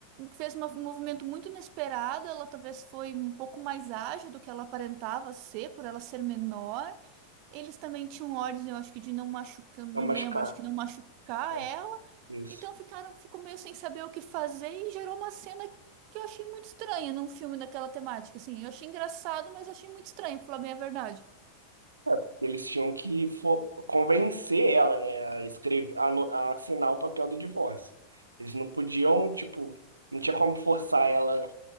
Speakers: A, on the right (about 45°); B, on the right (about 80°).
A: fez uma- um movimento muito inesperado, ela talvez foi um pouco mais ágil do que ela aparentava ser, por ela ser menor. Eles também tinham ordens, eu acho que de não machucar, eu me
B: ia machucar.
A: lembro, acho que não machucar
B: É,
A: ela.
B: isso.
A: Então ficaram, ficou meio sem saber o que fazer e gerou uma cena que eu achei muito estranha num filme daquela temática, assim. Eu achei engraçado, mas achei muito estranho, pra falar bem a verdade.
B: É, porque eles tinham que fo- convencer ela, né, a escrever, a, no- a assinar o papel do divórcio. Eles não podiam, tipo, não tinha como forçar ela.